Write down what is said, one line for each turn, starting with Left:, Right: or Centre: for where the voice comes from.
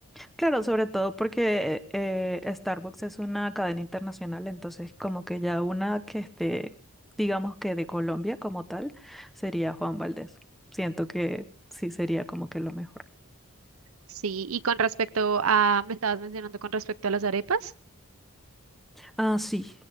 Centre: Claro, sobre todo porque eh, eh, Starbucks es una cadena internacional, entonces como que ya una que esté, digamos que de Colombia como tal, sería Juan Valdez. Siento que sí sería como que lo mejor.
Right: Sí, y con respecto a, me estabas mencionando con respecto a las arepas.
Centre: Ah, sí.